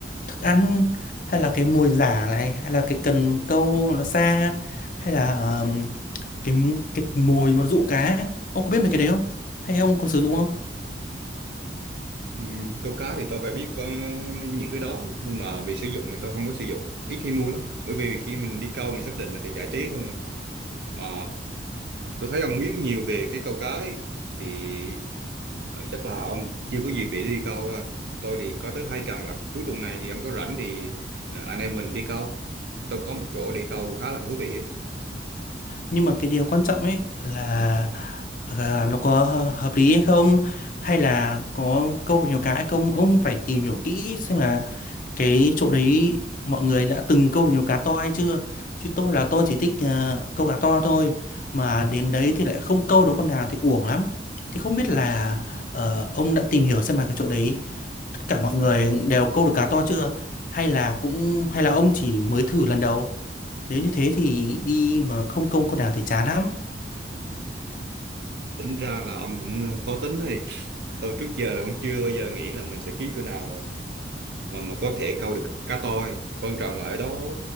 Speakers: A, on the left; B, on the right.
A: thức ăn hay là cái mồi giả này hay là cái cần câu nó xa hay là ờm, cái cái mồi mà dụ cá ấy. ông có biết mấy cái đấy không hay ông có sử dụng không
B: Ừ, câu cá thì tôi phải biết ờ, những cái đó nhưng mà vì sử dụng thì tôi không có sử dụng ít khi mua lắm bởi vì khi mình đi câu mình xác định là để giải trí thôi mà mà tôi thấy ông biết nhiều về cái câu cá ấy, thì ờ, chắc là ông chưa có dịp để đi câu ha. tôi thì có tới hai cần là cuối tuần này thì ông có rảnh thì ờ, anh em mình đi câu tôi có một chỗ đi câu khá là thú vị ấy.
A: nhưng mà cái điều quan trọng ấy là à, nó có hơ- hợp lý hay không hay là có câu nhiều cá hay không ông phải tìm hiểu kỹ xem là cái chỗ đấy mọi người đã từng câu được nhiều cá to hay chưa chứ tôi là tôi chỉ thích ờ, câu cá to thôi mà đến đấy thì lại không câu được con nào thì uổng lắm thì không biết là ờ, ông đã tìm hiểu xem là cái chỗ đấy tất cả mọi người đều câu được cá to chưa hay là cũng hay là ông chỉ mới thử lần đầu nếu như thế thì đi mà không câu con nào thì chán lắm
B: tính ra là ông cũng ờ, khó tính này tôi trước giờ cũng chưa bao giờ nghĩ là mình sẽ kiếm chỗ nào mà mà có thể câu được cá toi quan trọng là ở đó